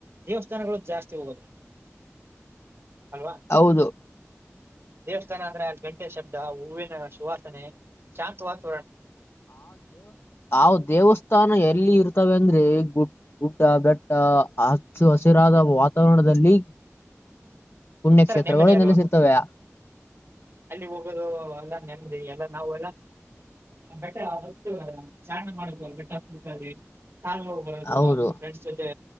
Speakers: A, on the right (about 50°); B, on the left (about 55°).
A: ದೇವಸ್ಥಾನಗಳು ಜಾಸ್ತಿ ಹೋಗೋದು ಅಲ್ವಾ
B: ಹೌದು
A: ದೇವಸ್ಥಾನ ಅಂದ್ರೆ ಗಂಟೆ ಶಬ್ದ ಹೂವಿನ ಸುವಾಸನೆ ಶಾಂತವಗಿರೋದು
B: ಆ ದೇವಸ್ಥಾನ ಎಲ್ಲಿರುತ್ತದೆ ಅಂದ್ರೆ ಊಡ್ಡ ಬೆಟ್ಟ ಹಚ್ಚ ಹಸಿರಾದ ವಾತಾವರಣದಲ್ಲಿ ಪುಣ್ಯಕ್ಷೇತ್ರಗಳು
A: ಒಂಥರ ನೆಮ್ಮದಿ ಅಲ್ವಾ
B: ನೆಲೆಸಿರ್ತವೆ
A: ಅಲ್ಲಿ ಹೋಗೋದು ಎಲ್ಲ ನೆಮ್ಮದಿ ಅಲ್ವಾ ನಾವು ಎಲ್ಲ ಬೆಟ್ಟ ಹತ್ತಿ ಚಾ ಅನಾ ಮಾಡಬೇಕ ಬೆಟ್ಟಕಲ್ಲಿ ನಾಳೆ ಹೋಗದು
B: ಹೌದು
A: ಅದು ಫ್ರೆಂಡ್ಸ್ ಜೊತೆ